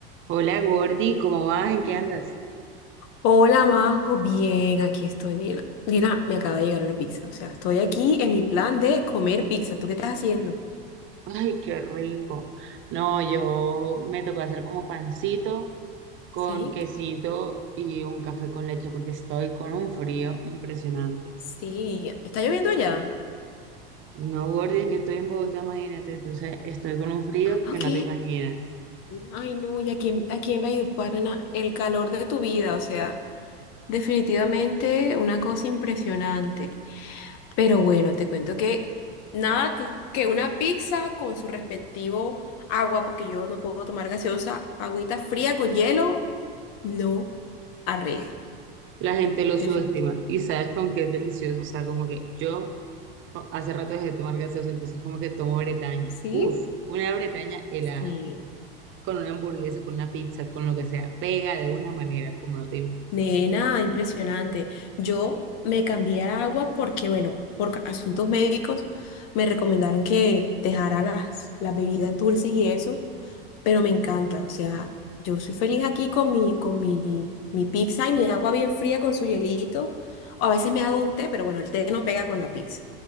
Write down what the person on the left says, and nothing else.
Hola, Majo, bien, aquí estoy, Nina. Nina, me acaba de llegar una pizza, o sea, estoy aquí en mi plan de comer pizza. ¿Tú qué estás haciendo?
Sí,
Sí, ¿está lloviendo ya?
Ok.
Ay, no, ¿y a quién, a quién va a ayudar, nena? El calor de tu vida, o sea, Definitivamente una cosa impresionante. Pero bueno, te cuento que nada que, que una pizza con su respectivo agua, porque yo no puedo tomar gaseosa, agüita fría con hielo, no arreglo.
Definitivamente.
¿Sí?
Sí,
nena, impresionante. Yo me cambié a agua porque, bueno, por asuntos médicos me recomendaron que dejara las, las bebidas dulces y eso. pero me encanta, o sea, yo soy feliz aquí con mi, con mi, mi pizza y mi agua bien fría con su hielito. O a veces me hago un té, pero bueno, el té no pega con la pizza.